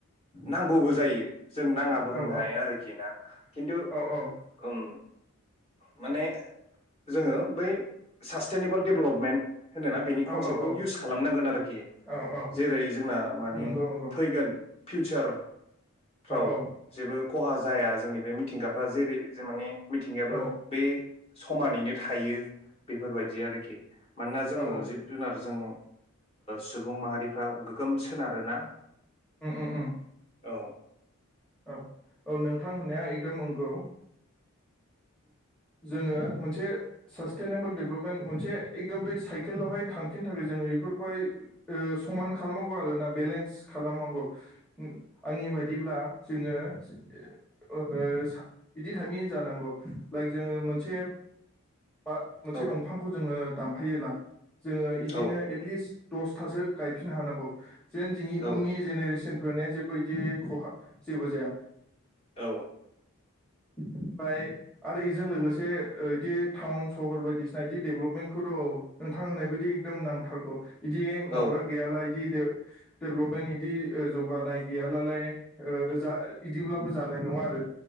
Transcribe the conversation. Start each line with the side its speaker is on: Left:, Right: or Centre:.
Left: नांगौबो जायो जों नाङाबो होननो
Centre: औ
Left: हायो आरोखि ना खिन्थु
Centre: औ औ
Left: ओम माने जोङो बै सास्टेनेबोल डेभेलपमेन्ट होनोना बेनि कनसेप्टखौ
Centre: औ औ
Left: इउस खालामनांगोन आरोखि
Centre: औ औ
Left: जेरै जोंना माने
Centre: नंगौ नंगौ
Left: फैगोन प्यिउसार फाव
Centre: औ औ
Left: जेबो खहा जाया जोंनि बे मिथिंगाफ्रा जेरै जे माने मिथिंगायाबो
Centre: औ
Left: समानैनो थायो बेफोरबायदि आरोखि मानोना जोङो
Centre: औ
Left: जिब जुनार जों सुबुं माहारिफ्रा गोगोम सोनारोना
Centre: उम उम उम
Left: औ
Centre: औ औ नोंथां होननाया एकदम नंगौ जोङो मोनसे सास्टेनेबोल डेभेलपमेन्ट मोनसे एकदम बे साइकेलावहाय थांफिननो थाखाय जोङो बेफोरखौहाय समान खालामनांगौ आरोना बेलेन्स खालामनांगौ आंनि बायदिब्ला जोङो बिदि थामि जानांगौ लाइक जोङो मोनसे मा मोनसे
Left: औ
Centre: दंफांखौ जोङो दानफायोब्ला जोङो इदिनो
Left: औ
Centre: एटलिस्ट दसथासो गायफिननो हानांगौ जेन जोंनि
Left: औ
Centre: उननि जेनेरेसन फोरनि जेबबो बिदि खहा जेबो जाया
Left: औ
Centre: ओमफ्राय आरो इजों लोगोसे बिदि टाउन सहर बायदिसिना बिदि दडेभेलपमेन्टखौथ' औ नोंथां होननाय बायदि एकदम नांथारगौ बिदि माबा
Left: औ
Centre: गैयाला बिदि डेभलपमेन्ट इदि ओ जौगानाय गैयालालाय ओ रोजा इदिब्लाबो जानाय नङा आरो